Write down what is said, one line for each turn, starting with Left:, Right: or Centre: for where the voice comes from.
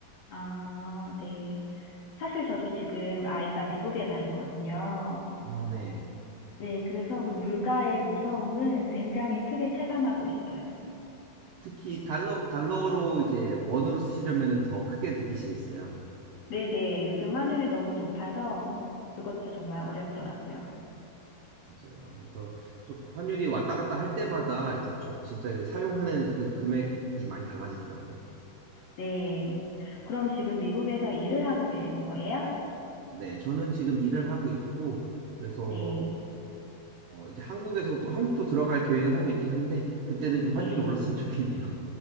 Left: 아, 네. 사실 저도 지금 아이가 미국에 가 있거든요.
Right: 아, 네.
Left: 네. 그래서 그 물가의 무서움을 굉장히 크게 체감하고 있어요.
Right: 특히 달러, 달러로 이제 원으로 쓰시려면은 더 크게 느끼시겠어요.
Left: 네네. 요즘 환율이 너무 높아서 그것도 정말 어렵더라고요.
Right: 맞아요. 그래서 저- 환율이 왔다 갔다 할 때마다 이제 저 진짜 그 사용하는 그 금액이 많이 달라지더라고요.
Left: 네. 그럼 지금 미국에서 일을 하고 계신 거예요?
Right: 네, 저는 지금 일을 하고 있고, 그래서
Left: 네.
Right: 어, 이제 한국에서도, 한국도 들어갈 계획을 하고 있긴 한데, 그때는 좀 환율이
Left: 네.
Right: 올랐으면 좋겠네요. <laughs>